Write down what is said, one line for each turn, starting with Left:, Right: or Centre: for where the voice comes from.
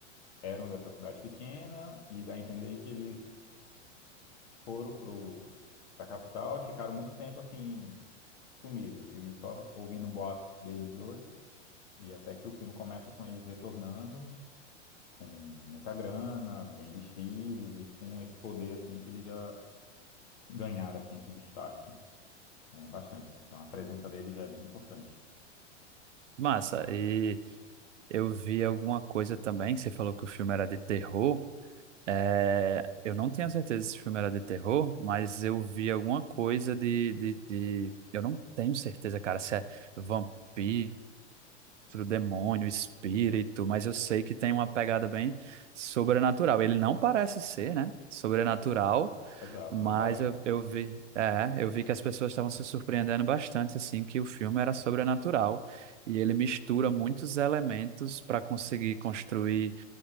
Left: eram dessa cidade pequena e dá a entender que eles foram pro, pra capital e ficaram muito tempo, assim, sumidos e só ouvindo boatos deles dois. E até que o filme começa com eles retornando com muita grana, bem vestidos e com esse poder assim que eles já ganharam assim esse destaque é, bastante. assim. Então a presença dele já é bem importante.
Right: Massa. E eu vi alguma coisa também que você falou que o filme era de terror. É, eu não tenho certeza se o filme era de terror, mas eu vi alguma coisa de, de, de... Eu não tenho certeza, cara, se é vampiro monstro, demônio, espírito, mas eu sei que tem uma pegada bem sobrenatural. Ele não parece ser, né? Sobrenatural,
Left: Exato,
Right: mas
Left: não parece.
Right: eu, eu vi, é, eu vi que as pessoas estavam se surpreendendo bastante, assim, que o filme era sobrenatural. E ele mistura muitos elementos para conseguir construir